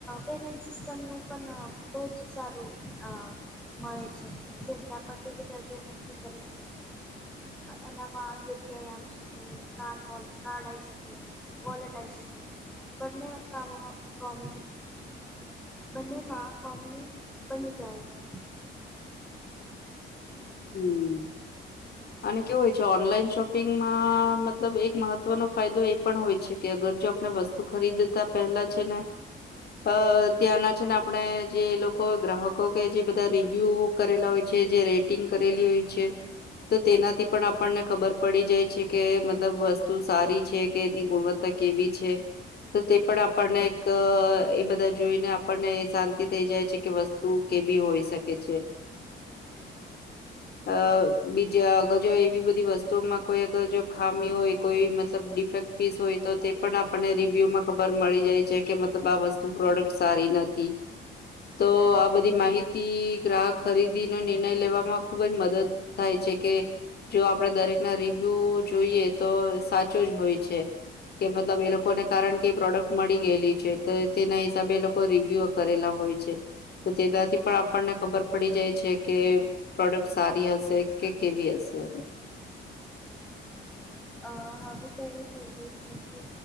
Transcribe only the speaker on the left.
હમ અને કેવું હોય છે. ઓનલાઈન શોપિંગમાં મતલબ એક મહત્વનો ફાયદો એ પણ હોય છે, કે અગર જો વસ્તુ ખરીદતા પહેલા છે ને અ ત્યાંના છે. ને આપણે જે લોકો ગ્રાહકો કે જે બધા રિવ્યુ કરેલા છે જે રેટિંગ કરેલી છે. તો તેનાથી પણ આપણને ખબર પડી જાય છે કે મતલબ વસ્તુ સારી છે કે એની ગુણવત્તા ત કેવી છે. તો તે પણ આપણને એક એ બધા જોઈને આપણને શાંતિ થઈ જાય છે કેસ્ તું કેવી હોઈ છે. અ બીજા અગર જો એવી બધી વસ્તુઓમાં કોઈ અગર જો ખામી હોય કોઈ મતલબ ડિફેક્ટ હોય તો તે પણ આપણને રિવ્યુમાં ખબર મળી જાય છે કે મતલબ આ વસ્તુ પ્રોડક્ટ સારી નથી. તો
આ બધી માહિતી ગ્રાહક ખરીદીનો નિર્ણય લેવામાં ખુબ જ મદદ થાય છે કે જો આપણેે દરેકના રિવ્યુ જોઈએ તો સાચો જ હોય છે. કે મતલબ એ લોકોને
કારણ કે એ પ્રોડક્ટ ગયેલી છે તો તેના હિસાબે લોકો રિવ્યુ કરેલા હોય છે. તો તેનાથી પણ
આપણને ખબર પડી જાય છે કે પ્રોડક્ટ સારી હશે કે કેવી હશે.